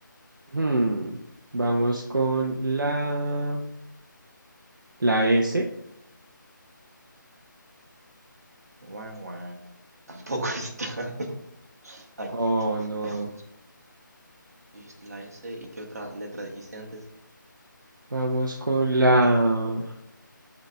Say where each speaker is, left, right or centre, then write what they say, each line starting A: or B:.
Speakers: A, on the right; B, on the right.
A: Hmm, Vamos con la... La S.
B: Guau, guau. Tampoco <laughs> está. Ay,
A: Oh, no.
B: veamos. Dijiste la S y qué otra letra dijiste antes.
A: Vamos con la,